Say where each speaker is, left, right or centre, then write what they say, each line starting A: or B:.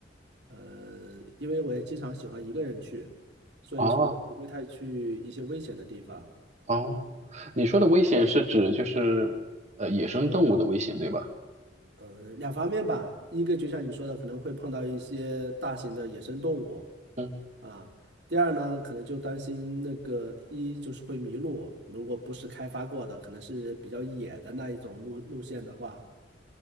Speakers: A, on the right (about 65°); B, on the right (about 40°).
A: 呃，因为我也经常喜欢一个人去，所以说也不会太去一些危险的地方。
B: 哦哦，你说的危险是指就是呃野生动物的危险对吧？
A: 呃，呃，两方面吧，一个就像你说的，可能会碰到一些大型的野生动物
B: 嗯。
A: 啊。第二呢，可能就担心那个一就是会迷路，如果不是开发过的，可能是比较野的那一种路路线的话，